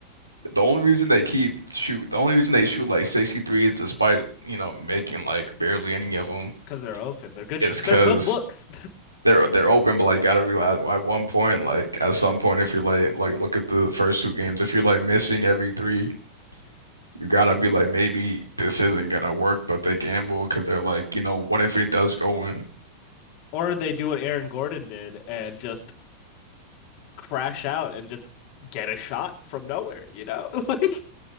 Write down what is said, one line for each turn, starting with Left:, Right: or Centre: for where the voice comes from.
Right: the only reason they keep shoot, the only reason they shoot like 63s despite you know making like barely any of them
Left: Because they're open. They're good.
Right: is
Left: Sh- they're
Right: because
Left: good looks.
Right: they're they're open. But like you gotta realize at one point, like at some point, if you're like like look at the first two games, if you're like missing every three You gotta be like, maybe this isn't gonna work, but they gamble because they're like, you know, what if it does go in?
Left: <laughs> or they do what Aaron Gordon did and just crash out and just get a shot from nowhere, you know? <laughs> Like,